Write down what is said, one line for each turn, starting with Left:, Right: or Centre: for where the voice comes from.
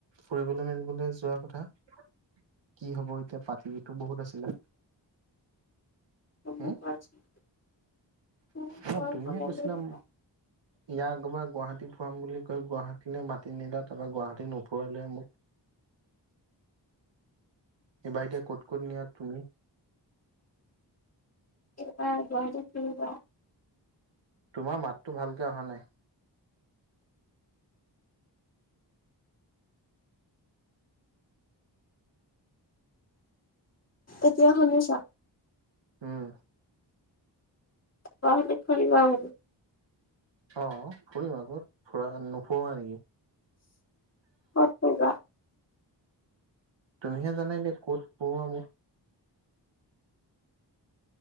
Right: ফুৰিবলৈ মেলিবলৈ যোৱা কথা, কি হব এতিয়া পাতি টো বহুত আছিলা?
Left: তুমি
Right: উম
Left: কোৱা চুন? <unintelligible>
Right: ন তুমিহে কৈছিলা ইয়াৰ আগৰবাৰ গুৱাহাটী ফুৰাম বুলি কয়, গুৱাহাটীলৈ মাতি নিলা, তাৰপৰা গুৱাহাটী নুফৰা লাই মোক। এইবাৰ এতিয়া ক'ত, ক'ত নিয়া তুমি?
Left: এইবাৰ গুৱাহাটীত ফুৰিবা,
Right: তোমাৰ মাততো ভালকে অহা নাই।
Left: এতিয়া শুনিছা?
Right: উম
Left: গুৱাহাটীত ফুৰিব আহিবি।
Right: অ ফুৰিম আকৌ, ফুৰা নুফুৰুৱা নেকি?
Left: কত ফুৰিবা?
Right: তুমিহে জানাই এতিয়া ক'ত পঢ়োৱা মোক।